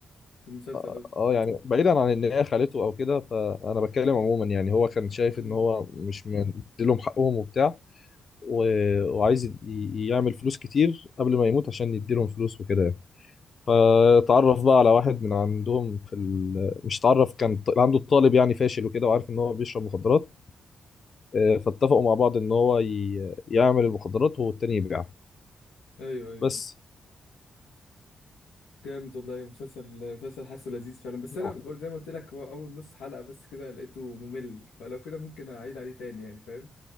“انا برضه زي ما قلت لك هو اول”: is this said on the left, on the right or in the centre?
Left